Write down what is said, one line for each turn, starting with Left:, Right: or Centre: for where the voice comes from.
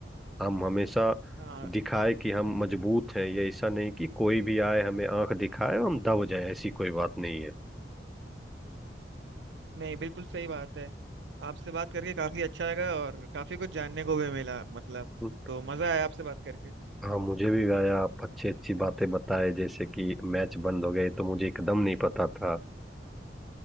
Centre: हम हमेशा
Right: हाँ
Centre: दिखाए कि हम मजबूत हैं ये ऐसा नहीं कि कोई भी आए हमें आंख दिखाए और हम दब जाए ऐसी कोई बात नहीं
Right: नहीं बिल्कुल सही बात है आपसे बात करके काफी अच्छा लगा और काफी कुछ जानने को भी मिला मतलब
Centre: है
Right: तो मजा आया आपसे बात करके
Centre: हाँ मुझे भी भाई आप अच्छी अच्छी बातें बताए जैसे कि मैच बंद हो गए तो मुझे एकदम नहीं पता था